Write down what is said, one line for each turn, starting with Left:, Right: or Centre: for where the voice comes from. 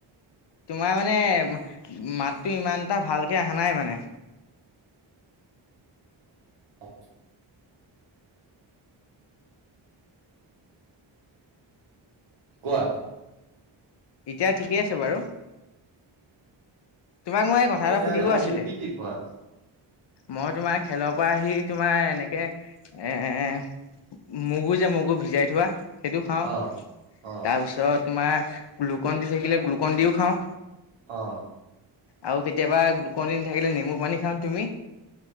Left: তোমাৰ মানে মাতটো ইমান এটা ভালকৈ অহা নাই মানে।
Right: অ'। কোৱা।
Left: এতিয়া ঠিকেই আছে বাৰু তোমাক মই কথা এটা
Right: এতিয়া
Left: সুধিব
Right: আহি
Left: আছিলে।
Right: তুমি কি কি খোৱা
Left: মই তোমাৰ খেলৰ পৰা আহি তোমাৰ এনেকৈ মগু যে মগু ভিজাই থোৱা সেইটো খাওঁ
Right: অ অ
Left: তাৰপিছত তোমাৰ গ্লুকন দি থাকিলে গ্লুকন দিও খাওঁ।
Right: অ'।
Left: আৰু কেতিয়াবা গ্লুকনডি নাথাকিলে নেমু পানী খাওঁ তুমি।